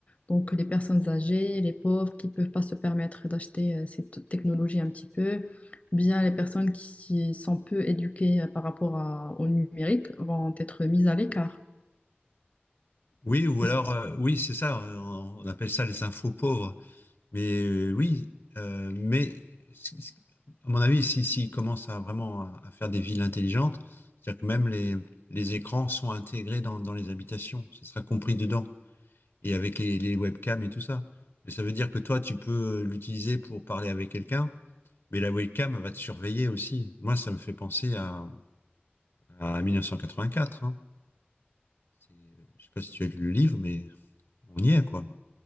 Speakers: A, on the left; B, on the left.
A: Donc les personnes âgées, les pauvres qui ne peuvent pas se permettre d'acheter euh, cette technologie un petit peu, ou bien les personnes qui sont peu éduquées euh, par rapport à- au numérique vont être mises à l'écart.
B: oui, ou
A: Parce
B: alors,
A: que
B: euh, oui, c'est ça, on, on appelle ça les infos pauvres. Mais euh, oui, euh, mais c- c- à mon avis, si, si commence à vraiment à, à faire des villes intelligentes, c'est-à-dire que même les, les écrans sont intégrés dans, dans les habitations, ça sera compris dedans, et avec les, les webcams et tout ça. Mais ça veut dire que toi, tu peux l'utiliser pour parler avec quelqu'un, mais la webcam va te surveiller aussi. Moi, ça me fait penser à, à mille neuf cent quatre hein. C'est- Je sais pas si tu as lu le livre, mais on y est, quoi.